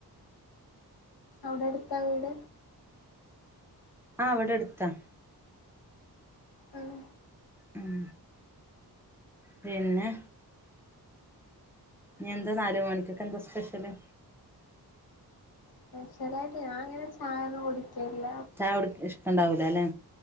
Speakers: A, on the left; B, in the centre.
A: അവടടുത്താ വീട്?
B: ആഹ് ഇവിടെ അടുത്താ
A: ഉം
B: ഉം പിന്നെ ഇഞ്ഞിയെന്താ നാല് മണിക്കൊക്കെന്താ സ്പെഷ്യല്
A: സ്പെഷ്യലായിട്ട് ഞാൻ അങ്ങനെ ചായൊന്നും കുടിക്കൽല്ല
B: ചായുട്ക്ക് ഇഷ്ടണ്ടാവൂല ല്ലെ